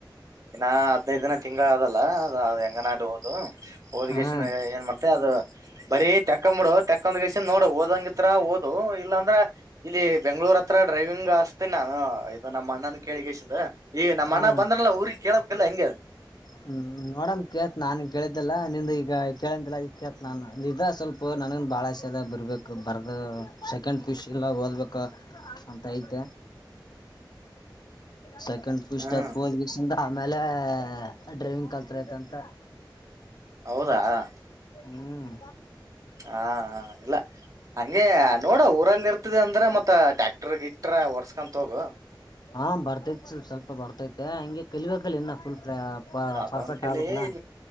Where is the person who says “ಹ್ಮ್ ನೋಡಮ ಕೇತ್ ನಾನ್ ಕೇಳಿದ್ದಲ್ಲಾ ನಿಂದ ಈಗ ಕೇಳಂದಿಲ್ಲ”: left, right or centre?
Left